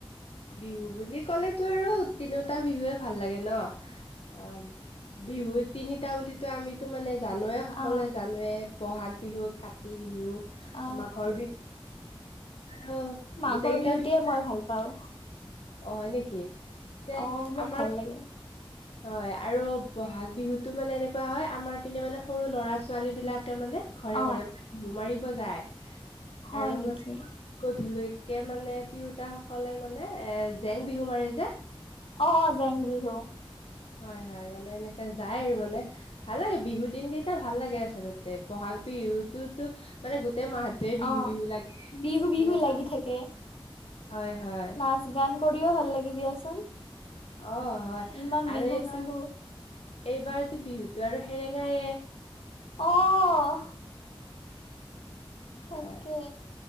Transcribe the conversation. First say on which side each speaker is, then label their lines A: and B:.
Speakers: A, on the left; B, on the left.
A: বিহু বুলি ক'লেটো আৰু, তিনিওটা বিহুৱে ভাল লাগে ন। অঁ, বিহুৰ তিনিটা বুলি- ত, আমিটো মানে জানোৱে, সকলোৱে
B: অ
A: জানোৱে বহাগ বিহু, কাত- কাতি বিহু,
B: অ
A: মাঘৰ বিহু আৰু
B: মাঘৰ
A: গোটেই গেইটা
B: বিহুটোৱে
A: বিহু-
B: মই ভাল পাওঁ।
A: অ, হয় নেকি? পিছে
B: অ', মোক
A: আমাৰ-
B: ভাল <inaudible>
A: হয়, আৰু বহাগ বিহুটো মানে এনেকুৱা হয়, আমাৰ পিনে মানে সৰু ল'ৰা ছোৱালী বিলাকে মানে- ঘৰে
B: অ',
A: -ঘৰে মানে বিহু মাৰিব যায়।
B: হয়
A: আৰু
B: নেকি?
A: মানে- গধূলিলৈকে মানে তিৰোতাসকলে মানে এ জেং বিহু মাৰে যে।
B: অঁ অ জেং বিহু।
A: হয় হয়, মানে এনেকে যায় আৰু মানে। ভাল লাগে, বিহুৰ দিন কেইটা ভাল লাগে, আচলতে। বহাগ বিহুতটো মানে গোটেই মাহ- টোৱেই বিহু-
B: অ',
A: বিহু লাগে,
B: বিহু বিহু
A: তেনেকুৱা।
B: লাগি থাকে
A: হয় হয়।
B: নাচ গান কৰিও ভাল লাগে দিয়াচোন।
A: অঁ, হয়।
B: ইমান বিহু
A: আৰু এইবাৰ
B: চিহু
A: এইবাৰটো বিহুটো আৰু সেৰেঙায়ে।
B: অঁ'
A: হয়
B: তাকে,